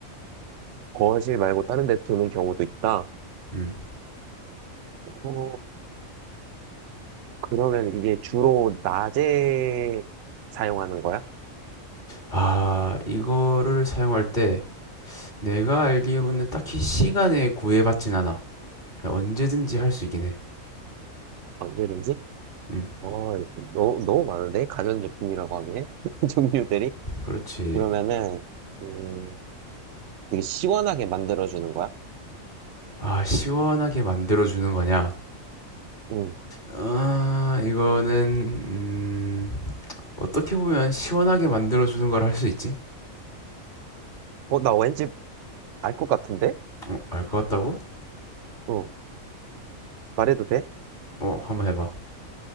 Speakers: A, on the right; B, on the left.
A: 거실 말고 다른 데 두는 경우도 있다.
B: 음.
A: 어, 그러면 이게 주로 낮에 사용하는 거야?
B: 아, 이거를 사용할 때 내가 알기로는 딱히 시간에 구애받진 않아. 그냥 언제든지 할 수 있긴 해.
A: 언제든지?
B: 음,
A: 어, 너무, 너무 많은데? 가전제품이라고 하네? <laughs> 종류들이?
B: 그렇지.
A: 그러면은, 음, 되게 시원하게 만들어주는 거야?
B: 아, 시원하게 만들어주는 거냐?
A: 응.
B: 아, 이거는, 음, 어떻게 보면 시원하게 만들어주는 걸 할 수 있지?
A: 어, 나 왠지 알 것 같은데?
B: 어, 알 것 같다고?
A: 어, 말해도 돼?
B: 어, 한번 해봐.